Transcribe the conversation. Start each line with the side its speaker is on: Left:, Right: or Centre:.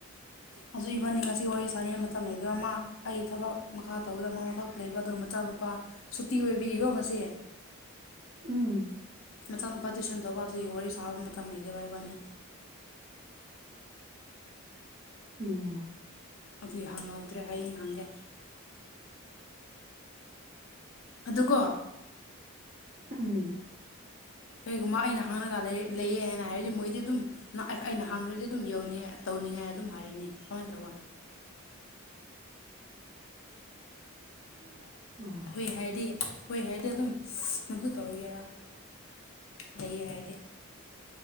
Left: ꯑꯗꯨ ꯏꯕꯟꯅꯤ ꯉꯁꯤ ꯋꯥꯔꯤ ꯁꯥꯅꯤꯡꯉꯩ ꯃꯇꯝ ꯂꯩꯇꯦ ꯃꯥ ꯑꯩ ꯊꯕꯛ ꯃꯈꯥ ꯇꯧꯕꯗ ꯑꯃ ꯃꯊ ꯂꯩꯕ ꯑꯗꯨ ꯃꯆꯥ ꯃꯄꯥ ꯁꯨꯇꯤ ꯑꯣꯏꯕꯒꯤꯀꯣ ꯉꯁꯤ
Right: ꯎꯝ
Left: ꯃꯆꯥ ꯅꯨꯄꯥ ꯇꯨꯏꯁꯟ ꯇꯧꯕ ꯑꯗꯨꯒꯤ ꯋꯥꯔꯤ ꯁꯥꯕ ꯃꯇꯝ ꯂꯩꯇꯦꯕ ꯏꯕꯥꯅꯤ
Right: ꯎꯝ ꯑꯣ
Left: ꯑꯗꯨꯏ ꯍꯪꯍꯧꯗ꯭ꯔꯦ ꯍꯌꯦꯡ ꯍꯪꯒꯦ ꯑꯗꯨꯀꯣ
Right: ꯎꯝ
Left: ꯀꯩꯒꯨꯝꯕ ꯑꯩꯅ ꯍꯥꯡꯉꯒ ꯂꯩꯌꯦ ꯍꯥꯏꯅ ꯍꯥꯏꯔꯗꯤ ꯃꯣꯏꯗꯤ ꯑꯗꯨꯝ ꯑꯩꯅ ꯍꯪꯈ꯭ꯔꯗꯤ ꯑꯗꯨꯝ ꯌꯧꯅꯤꯡꯉ ꯇꯧꯅꯤꯡꯉꯥꯏ ꯑꯗꯨꯝ ꯍꯥꯏꯔꯅꯤ ꯀꯃꯥꯏꯅ ꯇꯧꯕ
Right: ꯑꯣ
Left: ꯍꯣꯏ ꯍꯥꯏꯗꯤ ꯍꯣꯏ ꯍꯥꯏꯗꯤ ꯑꯗꯨꯝ ꯅꯪꯁꯨ ꯇꯧꯔꯒꯦꯔꯥ
Right: <inaudible>
Left: ꯂꯩꯌꯦ ꯍꯥꯏꯔꯗꯤ